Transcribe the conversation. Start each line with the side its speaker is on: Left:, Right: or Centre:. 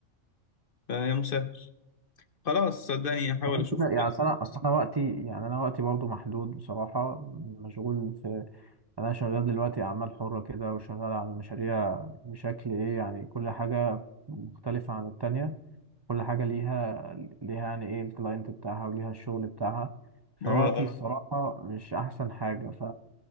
Left: فيا مسهل خلاص صدقني هحاول
Right: فغير
Left: أشوف
Right: كده يعني
Left: كده
Right: أصل انا اصل انا وقتي يعني انا وقتي برضو محدود بصراحة مشغول انا شغال دلوقتي اعمال حرة كده وشغال على مشاريع بشكل ايه يعني كل حاجة مختلفة عن التانية كل حاجة ليها ليها يعني ايه الكلاينت بتاعها وليها الشغل بتاعها فوقتي
Left: اه اه
Right: الصراحة مش احسن حاجة ف